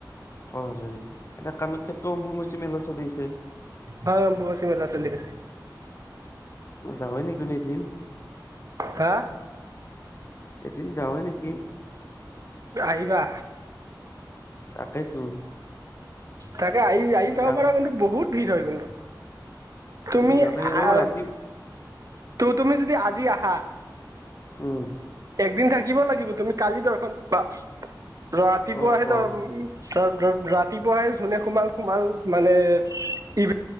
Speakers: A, on the left (about 40°); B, on the right (about 50°).
A: সছে এতিয়া কামাখ্যে অম্বুবাচী মেলা চলি আছে।
B: অ বচিমল্ল চলি আছে।
A: মা হয় ন কনেই দিন,
B: হা!
A: এদিন যাৱ নেকি?
B: আহিবা।
A: তাকেইতো,
B: তাকে আহি আহি চাব
A: যাম
B: পৰাাৰ কিন্তু বহুত ভিৰ হয় কিন্তু, তুমি
A: কি হলে অ
B: আহ
A: ৰাতি
B: তুমি যদি আজি আহা,
A: উম!
B: একদিন থাকিব লাগিব তুমি কালি দৰ্শনা, ৰাতিপুৱাহে
A: অ
B: ত
A: অ
B: ৰাতিপুৱাহে যোনে সোমাল সোমাল মানে, এইব